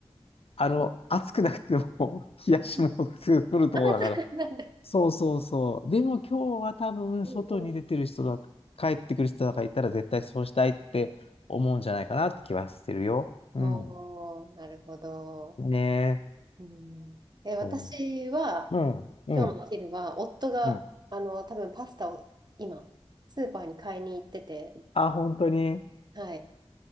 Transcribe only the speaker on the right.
うんあー、そうなんだ。
うんうん。
おー、なるほど。
うん。え、私は、
今日のお昼は、夫が、
あの、多分パスタを今、スーパーに買いに行ってて、
はい、